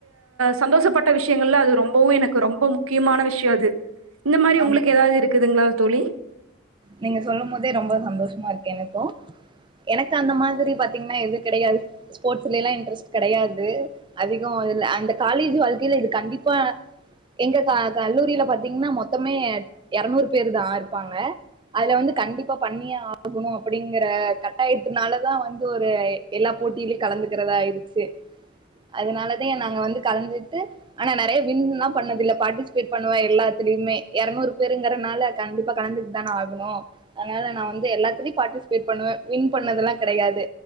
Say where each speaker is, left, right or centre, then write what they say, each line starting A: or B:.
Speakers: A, on the right; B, on the right.
A: சந்தோஷப்பட்ட விஷயங்கள்ல அது ரொம்பவும் எனக்கு ரொம்ப முக்கியமான விஷயம் அது இந்த மாதிரி உங்களுக்கு
B: ஆமா
A: ஏதாவது இருக்கு இதுக்துங்களா தோழி
B: நீங்க சொல்லும் போதே ரொம்ப சந்தோஷமா இருக்கு எனக்கும் எனக்கு அந்த மாதிரி பாத்தீங்கன்னா எது கிடையாது ஸ்போர்ட்ஸ்ல எல்லாம் இன்ட்ரெஸ்ட் கிடையாது அதிகம் இ அந்த காலேஜ் வாழ்க்கையில இது கண்டிப்பா எங்க கல்லூரியில பாத்தீங்கன்னா மொத்தமே இருநூறு பேரு தான் இருப்பாங்க அதுல வந்து கண்டிப்பா பண்ணியே ஆகணும் அப்படிங்கற கட்டாயத்துனாலதான் வந்து ஒரு எல்லா போட்டியிலயும் கலந்துக்கிறதாயிச்சு அதனாலதான் நாங்க வந்து கலந்துட்டு ஆனா நிறைய வின்லாம் பண்ணதேயில்ல பார்ட்டிசிபேட் பண்ணுவேன் எல்லாத்தலயுமே இருநூறு பேருங்கறனால கண்டிப்பா கலந்துட்டு தான் அதனால நான் வந்து எல்லாத்த பாட்டிஸ்ப்பே பண்ணுவேன் வின் பண்ணதெல்லாம் கிடையாது